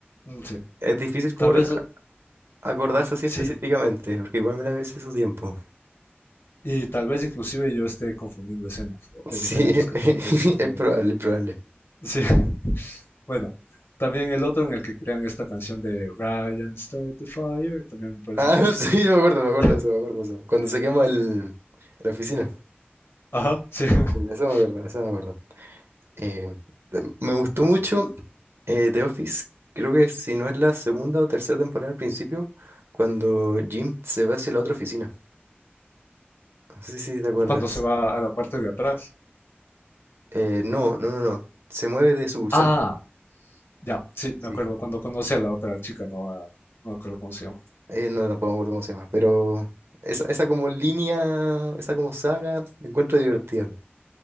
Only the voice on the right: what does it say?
es difícil como
re-
acordarse así
específicamente, porque igual me la vi hace su tiempo.
Sí,
<laughs>
es probable, es probable.
Ah,
<laughs>
sí, me acuerdo, me acuerdo
de eso, me acuerdo de eso. Cuando se quema el, la oficina.
Sí, Eso me acuerdo, eso me acuerdo. Eh, de- me gustó mucho eh, The Office, creo que si no es la segunda o tercera temporada al principio, cuando Jim se va hacia la otra oficina. No sé si te acuerdas.
Eh, no, no, no, no. Se mueve de sucursal.
Sí.
Eh, no, tampoco me acuerdo cómo se llama. Pero esa, esa como línea, esa como saga, la encuentro divertida.